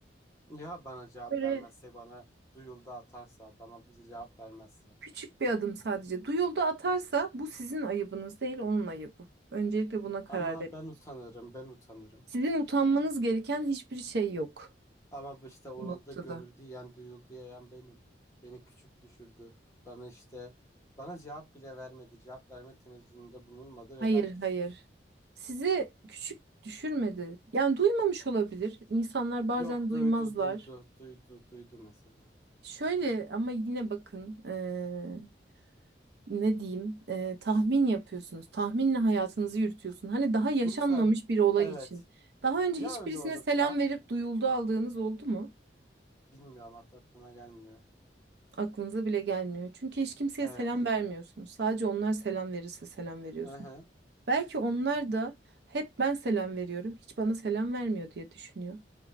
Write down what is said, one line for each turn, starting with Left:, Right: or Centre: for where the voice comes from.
Left: Ya bana cevap
Right: Böyle
Left: vermezse bana duyuldu atarsa bana bize cevap vermezse.
Right: küçük bir adım sadece. Duyuldu atarsa bu sizin ayıbınız değil onun ayıbı. Öncelikle buna karar
Left: Ama
Right: verin.
Left: ben utanırım ben utanırım.
Right: Sizin utanmanız gereken hiçbir şey yok
Left: Ama işte orada
Right: bu noktada.
Left: görüldü yiyen duyuldu yiyen benim. Beni küçük düşürdü. Bana işte bana cevap bile vermedi. Cevap verme tenezzülünde bulunmadı
Right: Hayır,
Left: ve ben küçük
Right: hayır.
Left: düştüm.
Right: Sizi küçük düşürmedi. Yani duymamış olabilir. İnsanlar bazen
Left: Yok
Right: duymazlar.
Left: duydu duydu duydu duydu mesela.
Right: Şöyle ama yine bakın eee, ne diyeyim Eee, tahmin yapıyorsunuz. Tahminle hayatınızı yürütüyorsun. Hani daha yaşanmamış
Left: Mesela
Right: bir olay
Left: evet
Right: için. Daha önce
Left: ya
Right: hiçbirisine
Left: öyle olursa
Right: selam verip duyuldu aldığınız oldu mu?
Left: bilmiyorum hatta aklıma gelmiyor.
Right: Aklınıza bile gelmiyor. Çünkü hiç kimseye
Left: Evet.
Right: selam vermiyorsunuz. Sadece onlar selam verirse selam veriyorsunuz.
Left: Hı hı.
Right: Belki onlar
Left: Evet.
Right: da hep ben selam veriyorum, hiç bana selam vermiyor diye düşünüyor.